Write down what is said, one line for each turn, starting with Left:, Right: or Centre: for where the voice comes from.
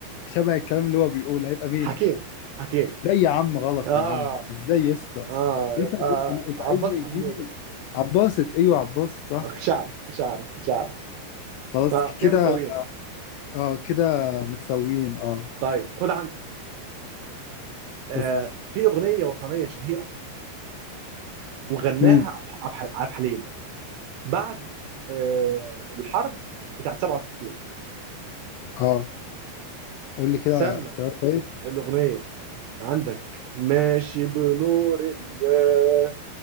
Left: شبه الكلام اللي هو بيقوله هيبقى مين
Right: حكيم حكيم
Left: لا يا عم غلط
Right: اه
Left: يا عم ازاي يا اسطى
Right: اه
Left: لسه
Right: يبقى
Left: بقول ال- اللي
Right: عباس
Left: عايزني يجي
Right: حمودة
Left: لي عباسط ايوه عباسط صح
Right: كنتش اعرف كنتش اعرف كنتش اعرف
Left: خلاص
Right: اه
Left: ك-
Right: كده
Left: كده
Right: متساويين
Left: اه كده متساويين اه
Right: طيب خد عندك آه
Left: بس-
Right: في اغنية وطنية شهيرة وغناها
Left: امم
Right: عبد عبد ح- عبد الحليم بعد آه الحرب بتاعت 67
Left: اه قول لي كده
Right: سمى
Left: اختيار طيب
Right: الاغنية عندك ماشي بنور الله